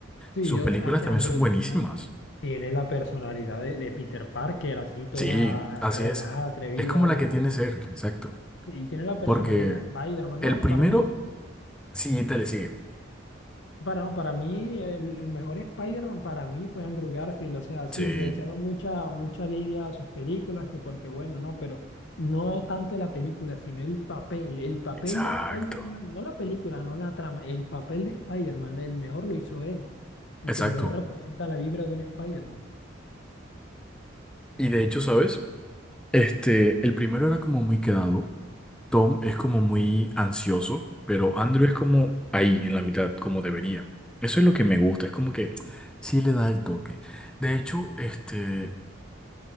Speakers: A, on the left (about 65°); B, in the centre.
A: Sí,
B: Sus
A: yo,
B: películas
A: es que
B: también
A: Andrew
B: son buenísimas.
A: tiene una, Tiene la personalidad de, de Peter Parker, así toda
B: Sí, así
A: relajada,
B: es.
A: atrevida.
B: Es como la que tiene ser, exacto.
A: Y tiene la personalidad
B: Porque
A: de Spider-Man.
B: el
A: No,
B: primero,
A: para mí,
B: sí, te le sigue.
A: para, no, para mí, el, el mejor Spider-Man para mí fue Andrew Garfield. O sea, sí,
B: Sí,
A: le echaron mucha, mucha lidia a sus películas, que porque bueno, no, pero no es tanto la película, sino el papel. El papel
B: exacto.
A: de Spider-Man, no la película, no la trama, el papel de Spider-Man, el mejor lo hizo él, el
B: Exacto.
A: que mejor representa la vibra de un Spider-Man.
B: Y de hecho, ¿sabes? Este, el primero era como muy quedado. Tom es como muy ansioso, pero Andrew
A: Sí,
B: es como ahí, en la mitad, como debería. Eso es lo que
A: sí.
B: me gusta, es como que sí le da el toque. De hecho, este,